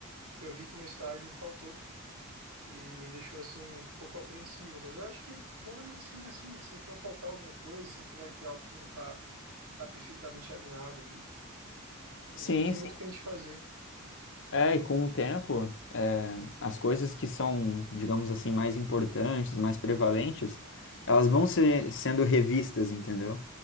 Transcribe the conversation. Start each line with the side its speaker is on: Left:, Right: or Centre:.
Right: que Eu vi que no estágio faltou e me deixou assim um pouco apreensivo, mas eu acho que toda medicina é assim, né? Sempre vai faltar alguma coisa, sempre vai ter algo que não tá, não tá perfeitamente alinhado ali e
Left: Sim,
Right: não tem
Left: sim.
Right: muito o que a gente fazer.
Left: É, e com o tempo, é, as coisas que são, digamos assim, mais importantes, mais prevalentes, elas vão ser sendo revistas, entendeu?